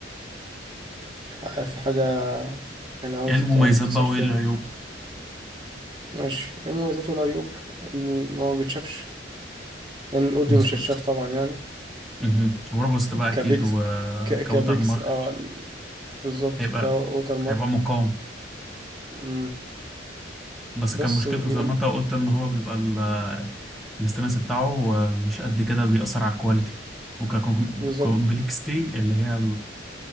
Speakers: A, on the right (about 25°); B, in the centre.
A: ح- في حاجه يعني عاوز
B: ايه المميزات
A: ت- تسأل
B: بقى وايه
A: فيها
B: العيوب
A: ماشي إيه المميزات والعيوب إن هو ما بيتشافش لأن الأوديو
B: مظبوط
A: مش هيتشاف طبعا يعني
B: مهم. وروبوست بقى اكيد
A: كبيكس
B: وكوتر
A: ك... كبيكس
B: مارك
A: اه ال- بالظبط
B: هيبقى
A: كووتر مارك
B: هيبقى مقاوم
A: مم.
B: بس
A: بس
B: كان مشكلته
A: بيقول
B: زي ما انت قلت ان هو بيبقى ال- الاستانس بتاعه مش قد كده بيأثر على الكواليتي وككومبلكستي
A: بالظبط
B: اللي هي